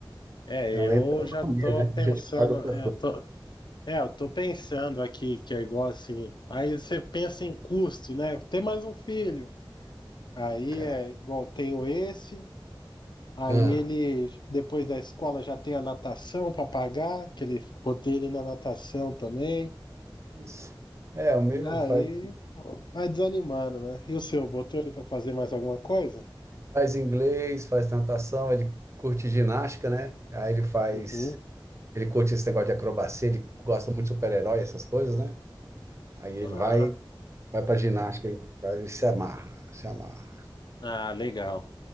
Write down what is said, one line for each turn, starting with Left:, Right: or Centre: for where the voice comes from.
Left: É,
Right: É Além
Left: eu
Right: da economia,
Left: já tô
Right: né?
Left: pensando,
Right: Que a gente paga para
Left: é,
Right: tudo,
Left: eu tô, é, eu tô pensando aqui que é igual assim. Aí você pensa em custo, né? Ter mais um filho. Aí
Right: cara.
Left: é igual tenho esse, aí
Right: Ah,
Left: ele depois da escola já tem a natação para pagar, que ele botei ele na natação também.
Right: isso. É, o meu
Left: E aí
Right: faz.
Left: vai desanimando, né? E o seu, botou ele para fazer mais alguma coisa?
Right: Faz inglês, faz natação, ele curte ginástica, né? Aí ele faz,
Left: Uhum.
Right: ele curte esse negócio de acrobacia, ele gosta muito de super-herói, essas coisas, né? Aí
Left: Aham.
Right: ele vai, vai pra ginástica, e ele se amarra, se amarra.
Left: Ah, legal.